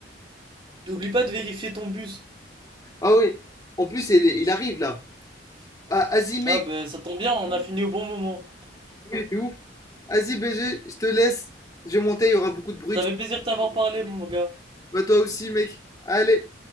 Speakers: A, on the right; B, on the left.
A: Oublie pas de vérifier ton bus.
B: Ah oui, en plus, il, est- il arrive là. Ah, Azime,
A: Ah ben ça tombe bien, on a fini au bon moment.
B: de ouf. Asie BG, je te laisse. Je vais monter, il y aura beaucoup de bruit.
A: Ça fait plaisir de t'avoir parlé, mon gars.
B: Bah toi aussi mec. Allez.